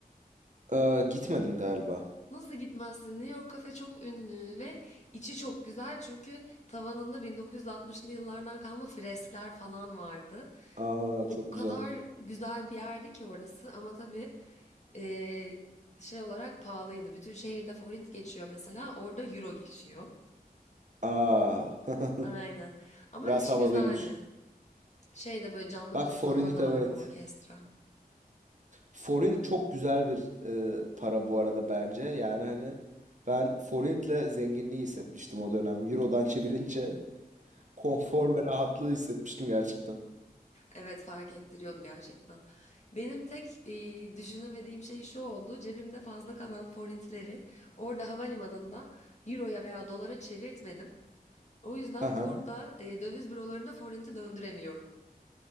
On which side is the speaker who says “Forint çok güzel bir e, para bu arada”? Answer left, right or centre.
Right